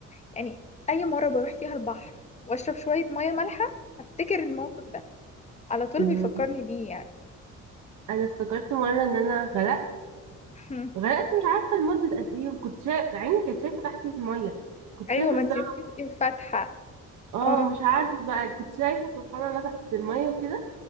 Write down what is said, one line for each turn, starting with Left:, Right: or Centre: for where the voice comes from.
Left: يعني اي مره بروح فيها البحر واشرب شويه ميه مالحه افتكر الموقف ده على طول
Right: أمم.
Left: بيفكرني بيه يعني
Right: انا افتكرت مره ان انا غرقت
Left: <laughs>
Right: غرقت مش عارفه لمده قد ايه وكنت شايف عيني كانت شايفه تحت الميه كنت
Left: ايوه
Right: شايفه
Left: ما
Right: السما
Left: انت بتبقي فاتحه
Right: اه
Left: اه
Right: مش عارفه بقى كنت شايفه سبحان الله تحت الميه وكده